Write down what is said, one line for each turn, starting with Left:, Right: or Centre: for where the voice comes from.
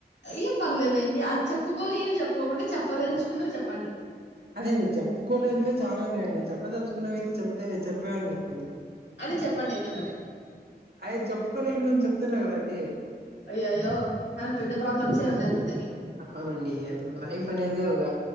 Left: ఏం పర్లేదండి అది చెప్పుకోలేవి ఏమి చెప్పుకోకుండా చెప్పదలుచుకున్నవి చెప్పండి
Right: అదే అండి చెప్పుకోలేనివే చాలా ఉన్నాయండి చెప్పదలుచుకునేవి అయితే చెప్తే చెప్పేవాడి కదండి
Left: అదే చెప్పండి అయితే మరి
Right: అయి చెప్పుకోలేనివి అని చెప్తున్నా కదండి
Left: అయ్యో అయ్యో కానీ పెద్ద ప్రాబ్లమ్స్ ఉన్నాయి అయితే మీకు
Right: అవునండి లైఫ్ అనేది ఒక